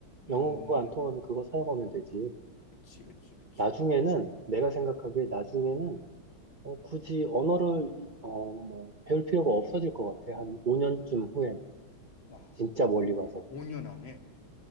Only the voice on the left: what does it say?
음,
그치, 그치, 그치.
와,
5년 안에.